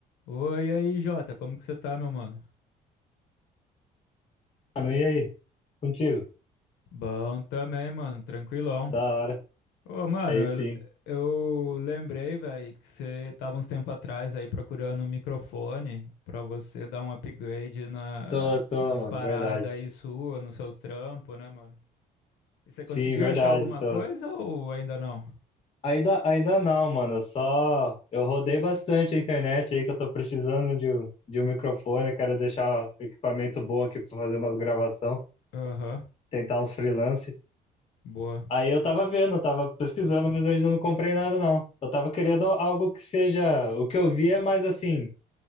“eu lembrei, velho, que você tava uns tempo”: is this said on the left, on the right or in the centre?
Left